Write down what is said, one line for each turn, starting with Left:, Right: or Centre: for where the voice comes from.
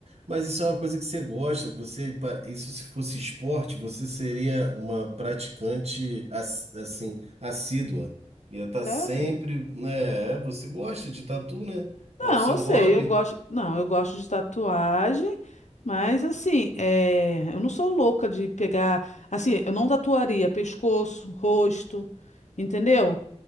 Right: mas isso é uma coisa que você gosta. Você, pa- isso se fosse esporte, você seria uma praticante ass- assim, assídua. Ia estar
Left: Sério?
Right: sempre, né? Você gosta de tatu, né?
Left: Não,
Right: É o seu
Left: eu sei,
Right: hobby.
Left: eu gosto. Não, eu gosto de tatuagem, mas assim, é, eu não sou louca de pegar. Assim, eu não tatuaria pescoço, rosto, entendeu?